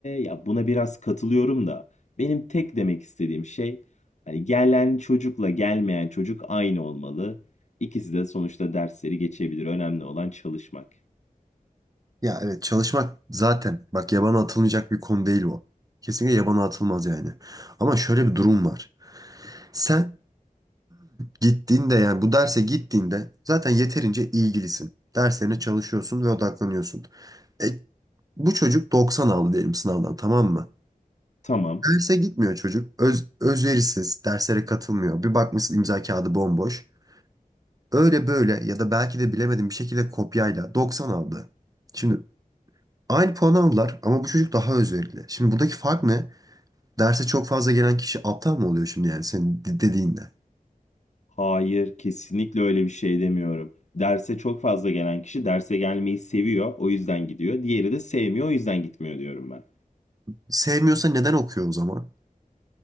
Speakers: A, on the left; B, on the right.
A: ya buna biraz katılıyorum da benim tek demek istediğim şey hani gelen çocukla gelmeyen çocuk aynı olmalı. İkisi de sonuçta dersleri geçebilir. Önemli olan çalışmak.
B: Ya evet çalışmak zaten bak yabana atılmayacak bir konu değil o. Kesinlikle yabana atılmaz yani. Ama şöyle bir durum var. Sen Gittiğinde yani bu derse gittiğinde zaten yeterince ilgilisin. Derslerine çalışıyorsun ve odaklanıyorsun. E, bu çocuk 90 aldı diyelim sınavdan tamam mı?
A: Tamam.
B: Derse gitmiyor çocuk. Öz, özverisiz, derslere katılmıyor. Bir bakmışsın imza kağıdı bomboş. Öyle böyle ya da belki de bilemedim bir şekilde kopyayla 90 aldı. Şimdi aynı puanı aldılar ama bu çocuk daha özverili. Şimdi buradaki fark ne? Derse çok fazla gelen kişi aptal mı oluyor şimdi yani senin de- dediğinde?
A: Hayır, kesinlikle öyle bir şey demiyorum. Derse çok fazla gelen kişi derse gelmeyi seviyor, o yüzden gidiyor. Diğeri de sevmiyor, o yüzden gitmiyor diyorum ben.
B: Sevmiyorsa neden okuyor o zaman?